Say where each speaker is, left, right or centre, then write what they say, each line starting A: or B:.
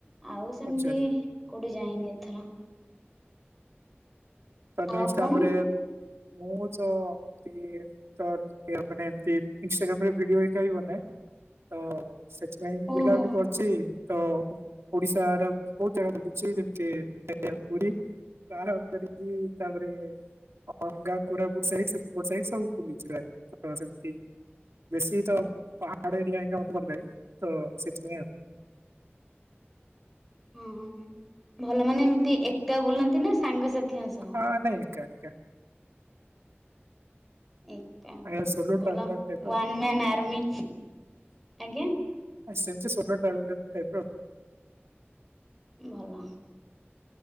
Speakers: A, in the centre; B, on the right.
A: ଆଉ ସେମିତି
B: ଆଚ୍ଛା ଆଚ୍ଛା
A: କୋଉଠି ଯାଇନି ଏଥର।
B: ତ
A: ଆଉ
B: ନେଷ୍ଟ୍
A: ଆପଣ?
B: ତାପରେ ମୁଁ ଚ <unintelligible> ତ ଟିକେ ମାନେ ଏମିତି ଇନଷ୍ଟାଗ୍ରାମରେ ଭିଡ଼ିଓ ହେଇକା ବି ବନାଏ ତ ସେ ପାଇଁ
A: ଓହୋ
B: ବୁଲାବୁଲି କର ଚି ତ ଓଡ଼ିଶା <unintelligible> ବହୁତ୍ ଜାଗା ବୁଲିଚି ଯେମିତି <unintelligible> ପୁରୀ। <unintelligible> ତାପରେ ଅଙ୍ଗା କୋରାପୁଟ୍ ସାଇଟ୍ ସେପଟ ସାଇଟ୍ ସବୁ ବୁଲିଚି ପ୍ରାଏ ତ ସେମିତି ବେଶୀ ତ ପାହାଡ଼ ଏରିଆ ହେଇକା ଭଲ ଲାଗେ ତ ସେଥିପାଇଁ ଆଉ।
A: ହୁଁ ହୁଁ ଭଲ ମାନେ ଏମିତି ଏକା ବୁଲନ୍ତି ନା ସାଙ୍ଗସାଥିଙ୍କ ସହ?
B: ହଁ ନାଇଁ ଏକା ଏକା।
A: ଏକା
B: ମାନେ ସୋଲୋ
A: ଭଲ
B: ଟ୍ରାଭେଲର ଟାଇପ ର
A: ୱାନମ୍ୟାନ୍ ଆର୍ମି ଆଜ୍ଞା।
B: <unintelligible> ସୋଲୋ ଟ୍ରାଭେଲର ଟାଇପ୍ ର।
A: ଭଲ।